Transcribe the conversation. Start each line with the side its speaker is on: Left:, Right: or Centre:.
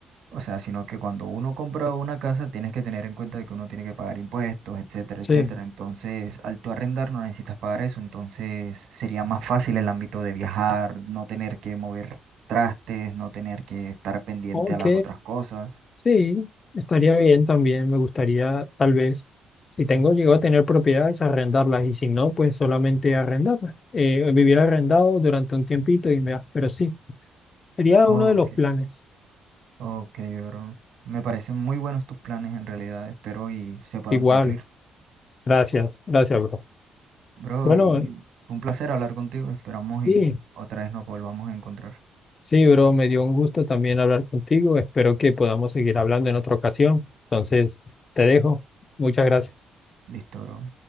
Right: O sea, sino que cuando uno compra una casa tienes que tener en cuenta de que uno tiene que pagar impuestos, etcétera, etcétera.
Left: Sí,
Right: Entonces, al tú arrendar no necesitas pagar eso, entonces sería más fácil el ámbito de viajar, no tener que mover trastes, no tener que estar pendiente
Left: ok,
Right: a las otras cosas.
Left: Sí, estaría bien también. Me gustaría, tal vez, si tengo, llego a tener propiedades, arrendarlas y si no, pues solamente arrendarlas. Eh, vivir arrendado durante un tiempito y me... Pero sí, sería
Right: Ok,
Left: uno de los planes.
Right: ok, bro. Me parecen muy buenos tus planes en realidad, espero y se puedan
Left: Igual,
Right: cumplir.
Left: gracias, gracias, bro.
Right: Bro,
Left: Bueno,
Right: y fue un placer hablar contigo, esperamos
Left: sí,
Right: y otra vez nos volvamos a encontrar.
Left: sí, bro, me dio un gusto también hablar contigo. Espero que podamos seguir hablando en otra ocasión. Entonces, te dejo. Muchas gracias.
Right: Listo, bro.